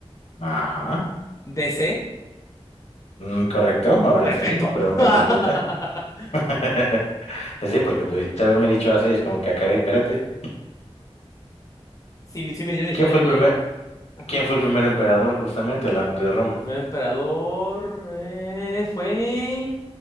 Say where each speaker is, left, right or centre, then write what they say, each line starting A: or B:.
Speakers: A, on the left; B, on the left.
A: Ajá.
B: DC.
A: Mm, correcto, ahora
B: Perfecto.
A: sí, pregunta
B: <laughs>
A: completa. <laughs> Sí, porque pudiste haberme dicho así, es como que, ah, caray, espérate.
B: sí, sí me dio una historia
A: ¿Quién fue
B: bien.
A: el primer,
B: Ajá.
A: quién fue el primer emperador, justamente, hablando de Roma?
B: El primer emperador eh, fue...